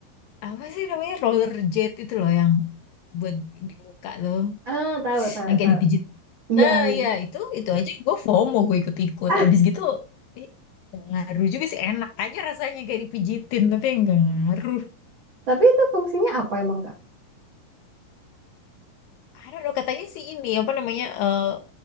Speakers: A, on the left (about 80°); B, on the right (about 80°).
A: apa sih namanya roller jet itu loh yang buat di muka tuh,
B: Ah, tahu, tahu,
A: yang kayak
B: tahu.
A: dipijit.
B: Iya,
A: Nah,
B: iya.
A: iya itu itu aja gue FOMO gue ikut-ikut.
B: <laughs>
A: Abis gitu ih, nggak ngaruh juga sih enak aja rasanya kayak dipijitin tapi nggak ngaruh.
B: Tapi itu fungsinya apa emang, Kak?
A: I don't know, katanya sih ini apa namanya eh,